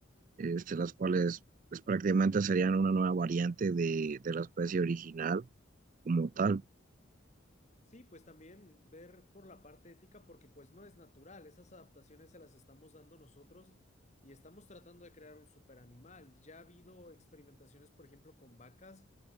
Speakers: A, on the right; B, on the left.
A: este, las cuales pues prácticamente serían una nueva variante de, de la especie original como tal
B: Sí, pues también ver por la parte ética, porque pues no es natural, esas adaptaciones se las estamos dando nosotros y estamos tratando de crear un super animal. Ya ha habido experimentaciones, por ejemplo, con vacas